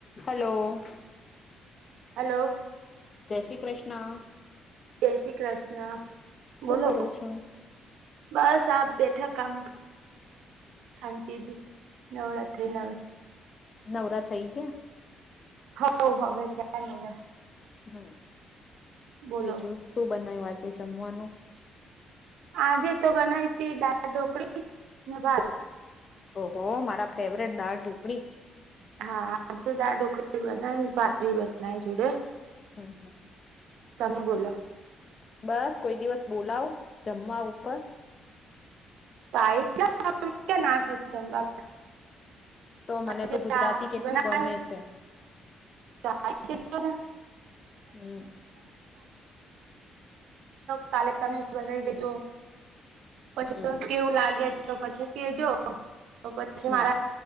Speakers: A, on the left (about 40°); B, on the right (about 80°).
A: Hello.
B: Hello.
A: જય શ્રી કૃષ્ણ.
B: જય શ્રી કૃષ્ણ.
A: શું
B: બોલો
A: કરો છો.
B: બસ આપ બેઠા કામ શાંતિથી. નાવરાત્રી ના
A: નવરા થઈ ગયા?
B: હ હવે થયા નવરા
A: હમ
B: બોલો
A: બીજું શું બનાય્યું આજે જમવાનું?
B: આજે તો બનાવી તી દાળ ઢોકળને ભાત.
A: ઓહ મારા ફેવરેટ દાળ ઢુકડી
B: હા દાળ ઢોકળી બનાય પાટરી બનાય જોડે.
A: હમ, હમ.
B: તમે બોલો.
A: બસ કોઈ દિવસ બોલાવ જમવા ઉપર.
B: આય જાઓ પણ કયા ના છે તમને.
A: તો મને
B: <unintelligible>
A: તો ગુજરાતી કેટલું ગમે છે
B: <unintelligible> આજે તમે
A: હમ
B: કાલે તમે <unintelligible> બનાવી દેજો પછી
A: હમ
B: કેવું લાગે તો પછી કે જો તો પછી
A: હમ
B: મારા